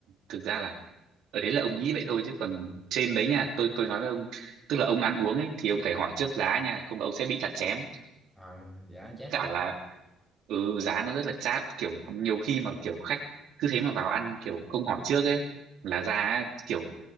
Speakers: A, on the right; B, in the centre.
A: thực ra là ở đấy là ông nghĩ vậy thôi chứ còn trên đấy nha tôi tôi nói với ông tức là ông ăn uống ấy thì ông phải hỏi trước giá nha không là ông sẽ bị chặt chém
B: à, giả chát
A: cả
B: lắm
A: là ừ giá nó rất là chát kiểu nhiều khi mà kiểu khách cứ thế mà vào ăn kiểu không hỏi trước ấy là ra ấy, kiểu